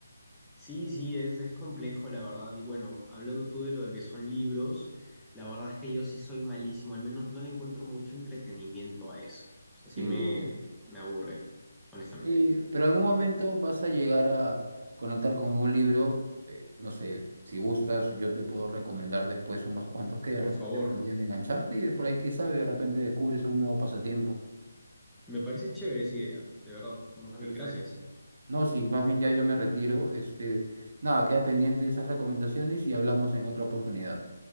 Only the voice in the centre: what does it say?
Sí, sí, es, es complejo, la verdad. Y bueno, hablando tú de lo de que son libros, la verdad es que yo sí soy malísimo, al menos no le encuentro mucho entretenimiento a eso. O sea,
sí me, me aburre, honestamente.
Por
favor,
me parece chévere esa idea, de verdad. Más
bien, gracias.